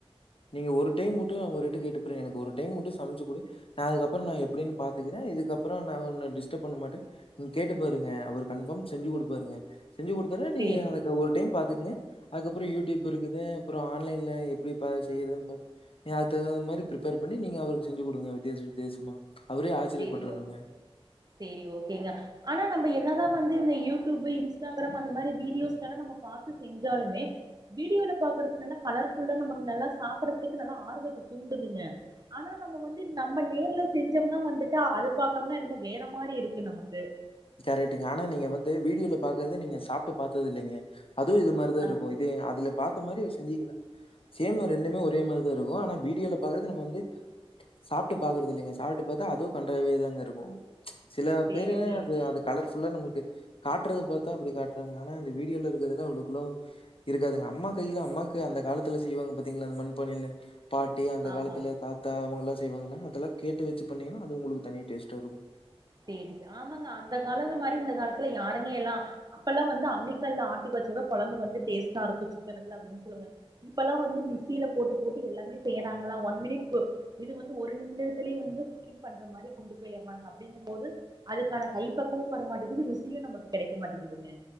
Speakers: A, on the left (about 65°); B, on the right (about 40°).
A: நீங்க ஒரு டைம் மட்டு அவருட்ட கேட்டு பாருங்க எனக்கு ஒரு டைம் மட்டு சமச்சு குடு நா அதுக்கப்பறொ நா எப்படின்னு பாத்துக்குறே இதுக்கப்பறொ நா ஒன்ன டிஸ்டப் பண்ண மாட்டே ம் கேட்டு பாருங்க அவரு கன்ஃபார்ம் செஞ்சு குடுப்பாருங்க செஞ்சு குடுத்தாறுனா நீங்க
B: சேரி
A: அதக்கு ஒரு டைம் பாத்துக்ங்க அதுக்கப்பறொ யூடியூப் இருக்குது அப்பறொ ஆன்லைன்ல எப்டி ப செய்யறதுனு பாத்து நீ அதுக் தகுத மாரி ப்ரிஃப்பேர் பண்ணி நீங்க அவருக்கு செஞ்சு குடுங்க வித்தியாச வித்தியாசமா அவரே ஆச்சரியப்பட்டுறணுங்க.
B: சேரி ஓ சேரி ஓகேங்க ஆனா நம்ம என்னதா வந்து இந்த யூடியூப் இன்ஸ்டாகிராம் அந்த மாரி வீடியோஸ்லலாம் நம்ம பாத்து செஞ்சாலுமே வீடியோல பாக்கறதுக்கு நல்ல கலர்ஃபுல்லா நமக் நல்லா சாப்பறதுக்கு நல்ல ஆர்வத்த தூண்டுதுங்க ஆனா நம்ம வந்து நம்ம நேர்ல செஞ்சம்னா வந்துட் கா அது பாக்கம்மா நம வேற மாரி இருக்கு நமக்கு
A: கரெட்டுங்க ஆனா நீங்க வந்து வீடியோல பாக்குறத நீங்க சாப்ட்டு பாத்ததில்லைங்க அதுவு இது மாரிதா
B: ஆ
A: இருக்கு இது அதுல பாத்த மாரி வி செஞ்சிங்கனா சேம் ரெண்டுமே ஒரே மாரிதா இருக்கு ஆனா வீடியோல பாகறது நம்ம வந்து சாப்ட்டு பாகறது இல்லைங்க சாப்ட்டு பாத்தா அதுவும் கண்ட்ராவியாதாங்க இருக்கு ப்ச் சில
B: சேரி
A: பேரு
B: சேரிங்க
A: து அது கலர்ஃபுல்லா நம்மளுக்கு காட்டுறது பாத்தா அப்படி காட்டுறாங்க ஆனா இந்த வீடியோல இருக்கிறதுலா அவ்ளுக்குள்ள இருக்காதுங்க அம்மா கையில அம்மாக்கு அந்த காலத்துல செய்வாங்க பாத்தீங்களா அந்த மண் பானையில பாட்டி அந்த
B: ஆமாம்
A: காலத்துல தாத்தா அவுங்கல செய்வாங்கல்லா அதெல்லா கேட்டு வச்சு பண்ணீங்கன்னா அது உங்களுக்கு தனி டேஸ்டா இருக்கு
B: சேரி ச ஆமாங்க அந்த காலது மாரி இந்த காலத்துல யாருங்கே எல்லா அப்பெல்லா வந்து அம்மி கல்ல ஆட்டி வச்சத குழம்பு வந்து டேஸ்ட்டா இருக்கு சிக்கனுக்குலா அப்டின்னு சொல்லுவங்க இப்பல்லா வந்து மிக்சியில போட்டு போட்டு எல்லாமே செய்யறாங்கள ஒன் மினிட் இது வந்து ஒரு நிமிடத்துலயே வந்து குக்கிங் பண்ற மாரி கொண்டு போயடுறாங்க அப் அப்டிங்குமபோது அதுக்கான கைப்பக்குவு வரமாட்டேக்குது ருசியும் நமக்கு கெடைக்க மாட்டேக்குதுங்க